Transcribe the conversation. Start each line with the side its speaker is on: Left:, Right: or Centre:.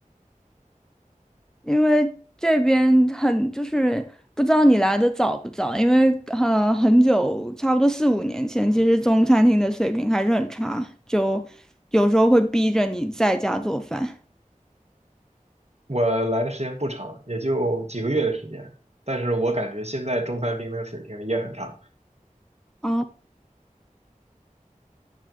Centre: 因为这边很就是不知道你来的早不早，因为呃很久，差不多四五年前，其实中餐厅的水平还是很差，就有时候会逼着你在家做饭
Right: 我来的时间不长，也就几个月的时间，但是我感觉现在中餐厅的水平也很差。
Centre: 啊，